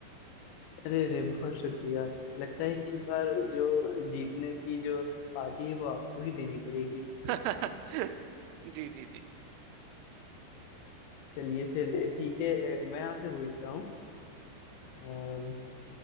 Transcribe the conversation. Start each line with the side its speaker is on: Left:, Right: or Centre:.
Left: अरे अरे बहुत शुक्रिया लगता है कि इस बार जो जीतने की जो पार्टी है वो आपको ही देनी पड़ेगी
Right: <laughs> जी जी जी
Left: चलिए फिर ठीक है अ, मैं आपसे पूछता हूँ अ,